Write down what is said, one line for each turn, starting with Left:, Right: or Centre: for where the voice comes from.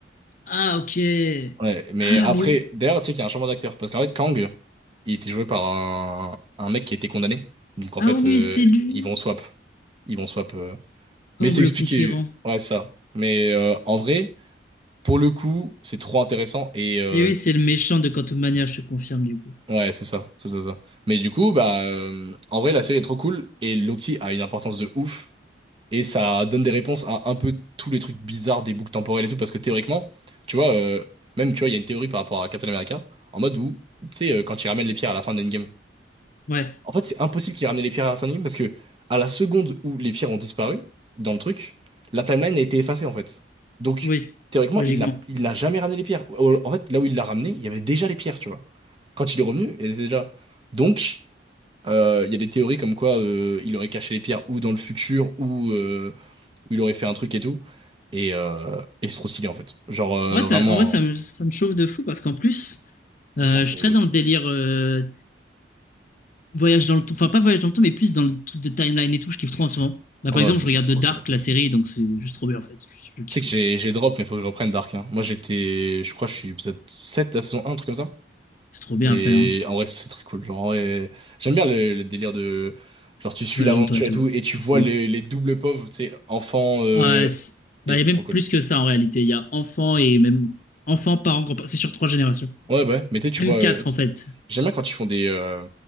Left: Ah, ok.
Right: Ouais, mais
Left: Ah,
Right: après,
Left: mais oui.
Right: d'ailleurs, tu sais qu'il y a un changement d'acteur. Parce qu'en fait, Kang, il était joué par un, un mec qui était condamné. Donc en
Left: Ah,
Right: fait,
Left: oui,
Right: euh,
Left: c'est lui.
Right: ils vont swap. Ils vont swap. euh.
Left: Kang
Right: Mais c'est
Left: le
Right: expliqué.
Left: Conquérant.
Right: Ouais, ça. Mais euh, en vrai, pour le coup, c'est trop intéressant. Et euh,
Left: Et oui,
Right: c'est-
Left: c'est le méchant de Quantum Mania, je te confirme, du coup.
Right: ouais, c'est ça. C'est ça, ça. Mais du coup, bah, euh, en vrai, la série est trop cool. Et Loki a une importance de ouf. Et ça donne des réponses à un peu tous les trucs bizarres des boucles temporelles et tout, parce que théoriquement, tu vois, euh, même, tu vois, il y a une théorie par rapport à Captain America, en mode où, tu sais, euh, quand il ramène les pierres à la fin de Endgame.
Left: Ouais,
Right: En fait, c'est impossible qu'il ramène les pierres à la fin de Endgame, parce que à la seconde où les pierres ont disparu, dans le truc, la timeline a été effacée, en fait. Donc,
Left: oui,
Right: théoriquement,
Left: logiquement.
Right: il n'a il n'a jamais ramené les pierres. Au- En fait, là où il l'a ramené, il y avait déjà les pierres, tu vois. Quand il est revenu, elles étaient déjà. Donc, euh, il y a des théories comme quoi euh, il aurait caché les pierres ou dans le futur, ou... euh, où il aurait fait un truc et tout. Et, euh, et c'est trop stylé en fait. Genre euh,
Left: En vrai, ça,
Right: vraiment,
Left: en vrai, ça
Right: euh,
Left: me, ça me chauffe de fou parce qu'en plus,
Right: avec
Left: euh,
Right: la série
Left: je suis très
Right: Loki.
Left: dans le délire euh, voyage dans le temps, enfin pas voyage dans le temps, mais plus dans le truc de timeline et tout, je kiffe trop en ce moment. Bah,
Right: Oh,
Left: par
Right: ouais,
Left: exemple,
Right: mais
Left: je
Right: c'est
Left: regarde
Right: trop
Left: The Dark,
Right: stylé.
Left: la série, donc c'est juste trop bien en fait. Je, je kiffe
Right: Tu sais
Left: trop.
Right: que j'ai j'ai drop, mais il faut que je reprenne Dark. hein. Moi j'étais, je crois que je suis épisode 7 de la saison 1, un truc comme ça.
Left: C'est trop bien
Right: Et
Left: après, hein.
Right: en vrai, c'est très cool. Genre, en vrai, j'aime bien le, le délire de. Genre, tu suis
Left: Voyage
Right: l'aventure
Left: dans le temps et tout.
Right: et tout, et tu
Left: C'est
Right: vois
Left: trop bien.
Right: les, les doubles pauvres, tu sais, enfants, euh,
Left: Ah, ouais, c'est- bah,
Right: et c'est
Left: il y a même
Right: trop cool.
Left: plus que ça en réalité. Il y a enfant et même enfant, parents, grands-parents. C'est sur trois générations.
Right: Ouais, bah ouais, mais tu sais, tu
Left: Même
Right: vois.
Left: quatre
Right: euh,
Left: en fait.
Right: J'aime bien quand ils font des, euh,